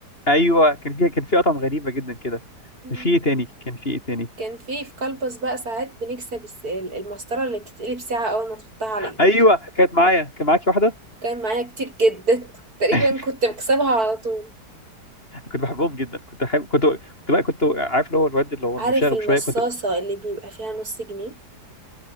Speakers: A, on the left; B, on the right.
A: ايوه كان في كان في اطعم غريبة جدا كده
B: مم.
A: كان في ايه تاني كان في ايه تاني
B: كان في في كلبس بقى ساعات بنكسب الس- المسطرة اللي بتتقلب ساعة أول ما تحطها على إيدك
A: ايوه كانت معايا كان معاكي واحدة
B: كان معايا كتير جدا تقريبا
A: <laughs>
B: كنت بكسبها على طول
A: كنت بحبهم جدا كنت بحب كنت كنت بقى كنت عارف اللي هو الواد اللي هو
B: عارف
A: المشاغب
B: المصاصة
A: شويه كنت
B: اللي بيبقى فيها نص جنيه